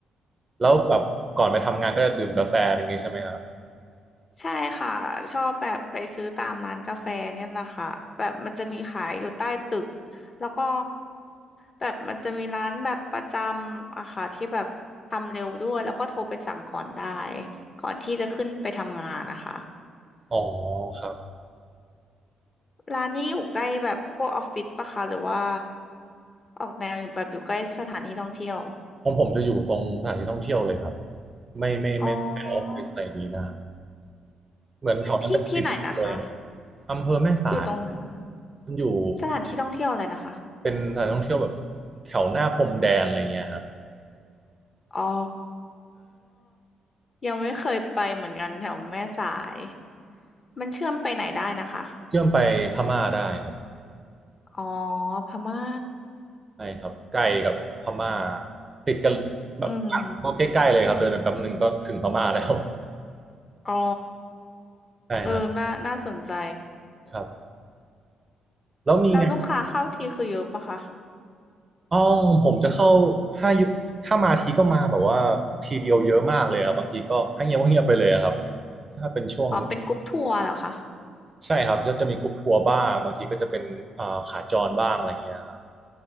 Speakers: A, on the right; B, on the left.
A: แล้วแบบก่อนไปทำงานก็จะดื่มกาแฟอย่างงี้ใช่ไหมครับ
B: ใช่ค่ะชอบแบบไปซื้อตามร้านกาแฟเนี่ยแหละค่ะแบบมันจะมีขายอยู่ใต้ตึกแล้วก็แบบมันจะมีร้านแบบประจำอะค่ะที่แบบทำเร็วด้วยแล้วก็โทรไปสั่งก่อนได้ก่อนที่จะขึ้นไปทำงานนะคะ
A: อ๋อครับ
B: ร้านนี้อยู่ใกล้แบบพวกออฟฟิศปะคะหรือว่าออกแนวอยู่แบบอยู่ใกล้สถานที่ท่องเที่ยว
A: ของผมจะอยู่ตรงสถานที่ท่องเที่ยวเลยครับไม่ไม่ไม่ไม่เปนออฟฟิศอะไรนี้นะฮะ
B: อ๋อ
A: เหมือนแถวนั้นเป็นติดแดน
B: ที่ที่ไหนนะคะ
A: อำเภอแม่สาย
B: อยู่ตรงนั้นนะคะ
A: มันอยู่
B: สถานที่ท่องเที่ยวอะไรนะคะ
A: เป็นสถานท่องเที่ยวแบบแถวหน้าพรมแดนอะไรเงี้ยครับ
B: อ๋อ ยังไม่เคยไปเหมือนกันแถวแม่สาย มันเชื่อมไปไหนได้นะคะ
A: เชื่อมไปพม่าได้ครับ
B: อ๋อพม่า
A: ใช่ครับใกล้กับพม่าติดกันแบบ
B: อืม
A: ก็ใกล้ๆเลยครับเดินไปแป๊บหนึ่งก็ถึงพม่าแล้ว
B: อ๋อ
A: <laughs> ใช่ครับ
B: เออน่าน่าสนใจ
A: ครับแล้วมีไง
B: แล้วลูกค้าเข้าทีคือเยอะปะคะ
A: อ๋อผมจะเข้าห้ายุถ้ามาทีก็มาแบบว่าทีเดียวเยอะมากเลยครับบางทีก็ให้เงียบก็เงียบไปเลยอะครับถ้าเป็นช่วง
B: อ๋อเป็นกรุ๊ปทัวร์เหรอคะ
A: ใช่ครับจะจะมีกรุ๊ปทัวร์บ้างบางทีก็จะเป็นอ่าขาจรบ้างอะไรเงี้ยครับ